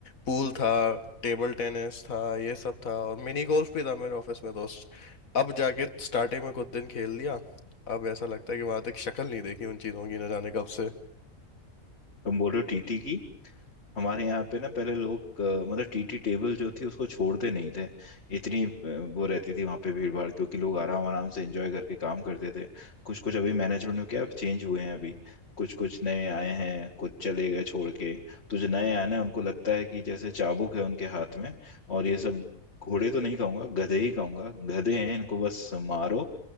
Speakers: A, on the left (about 80°); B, on the left (about 55°).
A: पूल था टेबल टेनिस था ये सब था और मिनी गोल्फ भी था मेरे ऑफिस में दोस्त अब जाके स्टार्टिंग में कुछ दिन खेल लिया अब ऐसा लगता है कि वहां तक शक्ल नहीं देखी उन चीज़ों की न जाने कब से
B: तुम बोल रहे हो टीटी की हमारे यहाँ पे ना पहले लोग अ, मतलब टीटी टेबल जो थी उसको छोड़ते नहीं थे इतनी अ, वो रहती थी वहाँ पे भीड़ भाड़ क्योंकि लोग आराम आराम से एंजॉय करके काम करते थे कुछ कुछ अभी मैनेजमेंट में क्या चेंज हुए हैं अभी कुछ कुछ नए आए हैं कुछ चले गए छोड़ के तो जो नए आए ना उनको लगता है कि जैसे चाबुक है उनके हाथ में और ये सब घोड़े तो नहीं कहूंगा गधे ही कहूंगा गधे हैं इनको बस मारो